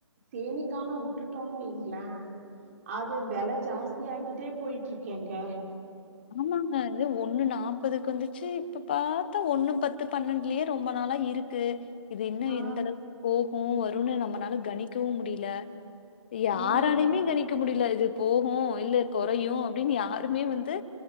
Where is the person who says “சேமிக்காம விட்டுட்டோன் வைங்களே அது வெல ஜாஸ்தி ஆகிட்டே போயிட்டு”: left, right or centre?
Right